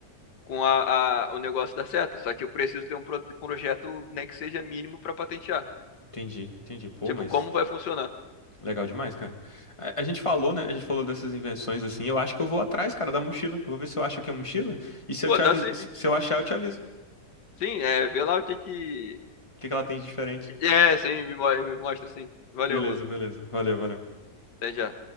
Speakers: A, on the left; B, on the left.
A: com a, a- o negócio da seta, só que eu preciso ter um pro- projeto, nem que seja mínimo, para patentear.
B: Entendi, entendi. Pô,
A: Tipo,
B: mas
A: como vai funcionar?
B: Legal demais, cara. A, a gente falou, né? A gente falou dessas invenções assim. Eu acho que eu vou atrás, cara, da mochila. Eu vou ver se eu acho que é mochila. E se eu
A: Pô,
B: te
A: dá
B: aviso,
A: sim.
B: se se eu achar, eu te aviso. O
A: Sim, é, vê lá o que que.
B: que que ela tem de diferente?
A: É, sim, me, mo- me mostra sim. Valeu,
B: Beleza,
A: mano.
B: beleza. Valeu, valeu.
A: Até já.